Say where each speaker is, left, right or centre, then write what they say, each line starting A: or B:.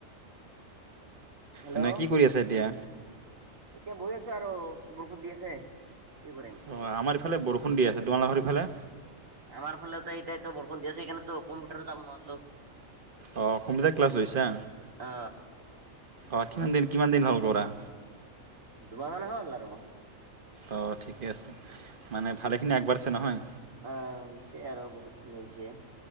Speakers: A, on the right; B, on the right.
A: হেল্ল
B: এনে কি কৰি আছা এতিয়া
A: এতিয়া বহি আছো আৰু বৰষুধ দি আছে কি কৰিম
B: অ আমাৰ এইফালে বৰষুণ দি আছে তোমালোকৰ সেইফালে
A: আমাৰ ফালেতো এতিয়া বৰষুণ দিয়া সেইকাৰণেতো কম্পিউটাৰো যাব নোৱাৰলো
B: অ কম্পিউটাৰ ক্লাছ লৈছা
A: অ
B: অ কিমান দিন কিমান দিন হ'ল কৰা
A: দুমাহ মান হ'ল আৰু
B: অ ঠিকে আছে মানে ভালেখিনি আগবাঢ়িছে নহয়
A: অ হৈছে আৰু বহুত খিনি হৈছে